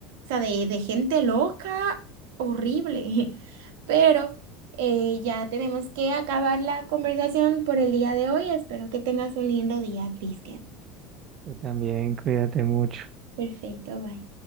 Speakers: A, on the right; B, on the right.
A: sea, de, de gente loca, horrible. <laughs> Pero eh, ya tenemos que acabar la conversación por el día de hoy. Espero que tengas un lindo día, Cristian.
B: Tú también cuídate mucho.
A: Perfecto, bye.